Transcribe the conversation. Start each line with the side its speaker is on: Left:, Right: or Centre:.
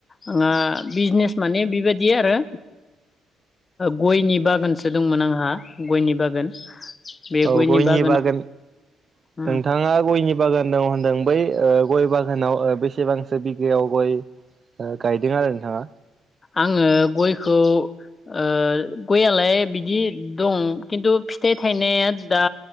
Left: आंहा बिजिनेस माने बिबादि आरो गयनि बागानसो दंमोन आंहा गयनि बागान। बे
Right: औ गयनि
Left: बागानाव
Right: बागान
Left: उम
Right: नोंथाङा गयनि बागान दं होनदों बै ओ गय बागानाव बेसेबांसो बिगायाव गय गायदों आरो नोंथाङा
Left: आङो गयखौ ओ गय आलाय बिदि दं खिन्थु फिथाइ थायनाया दा